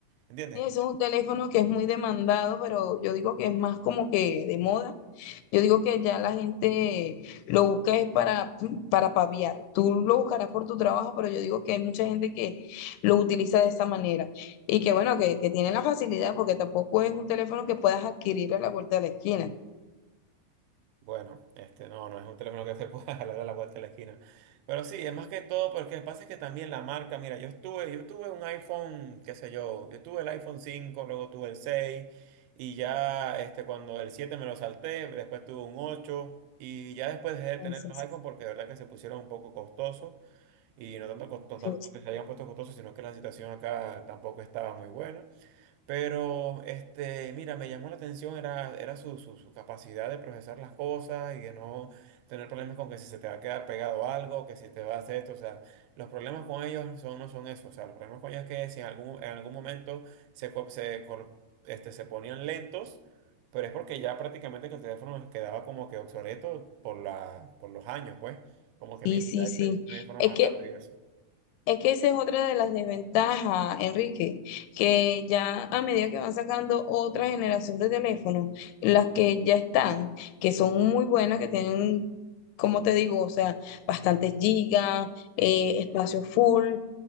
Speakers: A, on the right; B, on the left.
A: ¿Entiendes?
B: Sí, ese es un teléfono que es muy demandado, pero yo digo que es más como que de moda. Yo digo que ya la gente lo busca es para, para paviar. Tú lo buscarás por tu trabajo, pero yo digo que hay mucha gente que lo utiliza de esa manera. Y que bueno, que, que tiene la facilidad, porque tampoco es un teléfono que puedas adquirir a la vuelta de la esquina.
A: Bueno, este no, no es un teléfono que se pueda <laughs> jalar a la vuelta de la esquina. Pero sí, es más que todo porque lo que pasa es que también la marca, mira, yo estuve, yo tuve un iPhone, qué sé yo, yo tuve el iPhone 5, luego tuve el 6 y ya este cuando el 7 me lo salté, después tuve un 8 y ya después dejé de
B: Eso
A: tener los iPhone porque de verdad que se pusieron un poco costosos y no tanto, cos- no
B: sí,
A: tanto
B: sí.
A: que se hayan puesto costosos, sino que la situación acá tampoco estaba muy buena. Pero, este, mira, me llamó la atención, era, era su, su, su capacidad de procesar las cosas y de no tener problemas con que si se te va a quedar pegado algo, que si te va a hacer esto, o sea, los problemas con ellos son, no son eso, o sea, los problemas con ellos es que si en algún, en algún momento se, co- se, col- este, se ponían lentos, pero es porque ya prácticamente que el teléfono quedaba como que obsoleto por la, por los años, pues, como que
B: Sí,
A: mira,
B: sí,
A: ya este
B: sí.
A: un teléfono
B: Es
A: más
B: que
A: rápido y eso.
B: Es que esa es otra de las desventajas, Enrique, que ya a medida que van sacando otra generación de teléfonos, las que ya están, que son muy buenas, que tienen, como te digo, o sea, bastantes gigas, eh, espacio full,